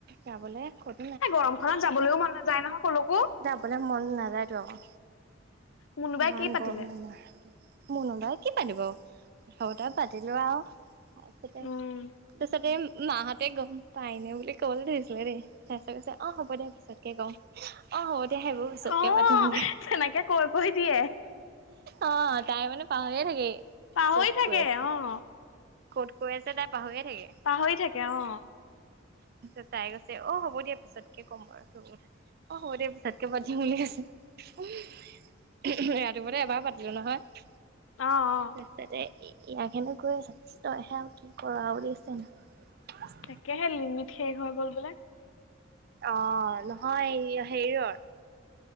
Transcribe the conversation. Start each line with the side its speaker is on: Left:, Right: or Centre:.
Right: যাবলৈ ক'ত
Left: এই গৰমখনত যাবলৈও মন নাযায় নহয় কলৈকো।
Right: যাবলে মন নাযায়তো আকৌ
Left: মুনুবাই
Right: ইমান
Left: কি পাতিলে
Right: গৰম আমাৰ। মুনুবাই কি পাতিব কথা বতৰা পাতিলো আৰু, তাৰপিছতে
Left: উম
Right: তাৰপিছতে মাহঁতে গ'ম পাইনে বুলি ক'বলৈ ধৰিছিলে দেই, তাৰ পিছত কৈছে অ হ'ব দে। পিছত কে ক'ম, অ' হ'ব দিয়া সেইবোৰ পিছতকে
Left: অ
Right: পাতিম ন'হলে।
Left: তেনেকে কৈ কৈ দিয়ে।
Right: অ' তাই মানে পাহৰিয়ে থাকে।
Left: পাহৰি
Right: ক'ত
Left: থাকে।
Right: কৈ আছে
Left: অ'
Right: ক'ত কৈ আছে তাই পাহৰিয়ে থাকে।
Left: পাহৰি থাকে অ'।
Right: পিছত তাই কৈছে অ' হ'ব দিয়া পিছতকে ক'ম বাৰু, অ' হ'ব দিয়া পিছত কে পাতিম বুলি কৈছে, অ' ৰাতিপুৱাতে এবাৰ পাতিলো নহয়।
Left: অ' অ'।
Right: ছতে ইয়াক হেনো কৈ আছে, তইহে আৰু কি কৰা বুলি কৈছে হেনো।
Left: তাকেহে লিমিট শেষ হৈ গ'ল বোলে।
Right: অ' নহয় হেৰিৰ।